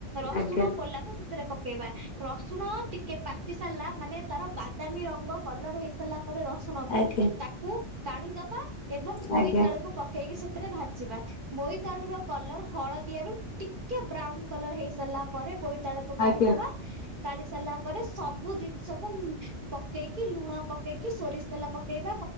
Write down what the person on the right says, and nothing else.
ରସୁଣ
କୋଲାକୁ ସେଥିରେ ପକେଇବା ରସୁଣ ଟିକେ ପାଚି ସାରିଲା ମାନେ ତାର ବାଦାମୀ ରଙ୍ଗ କଲର ହେଇ ସାରିଲା ପରେ ରସୁଣ କୁ
ତାକୁ କ କାଢିଦବା ଏବଂ ବୋଇତାଳୁକୁ
ପକେଇକି ସେଥିରେ ଭାଜିବା ବୋଇତାଳୁର କଲର ହଳଦିଆରୁ ଟିକେ ବ୍ରାଉନ କଲର ହେଇସାରିଲା ପରେ ବୋଇତାଳୁକୁ
କାଢିଦବା। କାଢି ସାରିଲା ପରେ ସବୁ ଜିନିଷକୁ ପକେଇକି ଲୁଣ ପକେଇକି ସୋରିଷ ତେଲ ପକେଇବା।